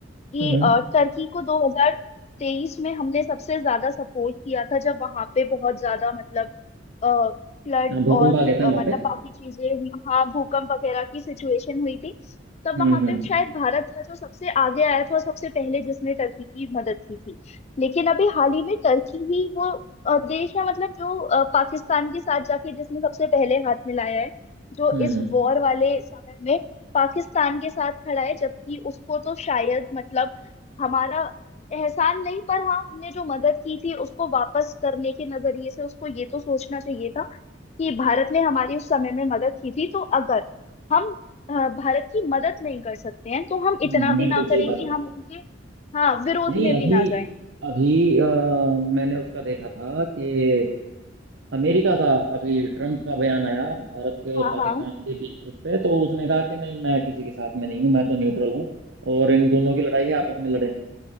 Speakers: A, on the left (about 35°); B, on the right (about 70°).
A: कि
B: हम्म
A: अ, टर्की को 2023 में हमने सबसे ज्यादा सपोर्ट किया था जब वहां पे बहुत ज्यादा मतलब फ्लड
B: हाँ, भूकंप
A: और
B: आ गया था
A: अ,
B: वहां
A: मतलब
B: पे
A: बाकी चीजें हुई, हाँ भूकंप वगैरह की सिचुएशन हुई थी तब
B: हम्म
A: वहां
B: हम्म
A: पे शायद भारत था जो सबसे आगे आया था और सबसे पहले जिसने टर्की की मदद की थी लेकिन अभी हाल ही में टर्की ही वो अ, देश है मतलब जो अ, पाकिस्तान के साथ जाके जिसने सबसे पहले हाथ मिलाया है जो
B: हम्म
A: इस वॉर वाले समय पाकिस्तान के साथ खड़ा है जबकि उसको तो शायद मतलब हमारा एहसान नहीं पर हाँ हमने जो मदद की थी उसको वापस करने के नजरिए से उसको ये तो सोचना चाहिए था कि भारत ने हमारी उस समय में मदद की थी तो अगर हम अ, भारत की मदद नहीं कर सकते हैं तो हम इतना
B: हम्म, बिल्कुल
A: भी ना करें
B: सही बात
A: कि
B: है
A: हम उनके हाँ विरोध
B: नहीं
A: में
B: अभी
A: भी ना जाएं
B: अभी अ, मैंने उसका देखा था कि अमेरिका का अभी ट्रम्प का बयान आया भारत के
A: हाँ
B: और पाकिस्तान
A: हाँ
B: के बीच उस पे तो उसने कहा कि नहीं मैं किसी के साथ में नहीं हूँ मैं तो न्यूट्रल हूँ और इन दोनों की लड़ाई है आपस में लड़े